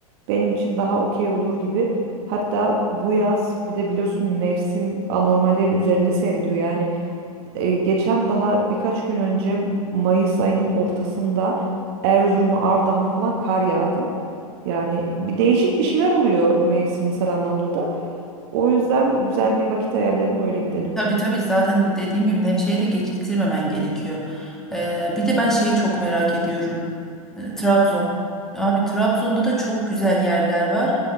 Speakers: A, on the right (about 45°); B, in the centre.
A: benim için daha okey olur gibi. Hatta bu yaz bir de biliyorsun mevsim anormallerin üzerinde seyrediyor. Yani E, geçen daha birkaç gün önce Mayıs ayının ortasında Erzurum'a, Ardahan'a falan kar yağdı. Yani bir değişik bir şeyler oluyor mevsimsel anlamda da. O yüzden güzel bir vakit ayarlayalım öyle gidelim.
B: Tabii tabii zaten dediğim gibi Nevşehir'e de geciktirmemen gerekiyor. Ee, bir de ben şeyi çok merak ediyorum. E, Trabzon. Abi Trabzon'da da çok güzel yerler var